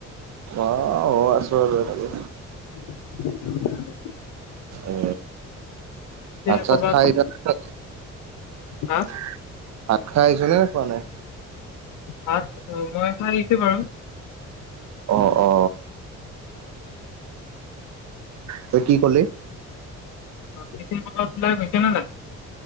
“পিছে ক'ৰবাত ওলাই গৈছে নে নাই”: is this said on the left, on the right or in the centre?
Left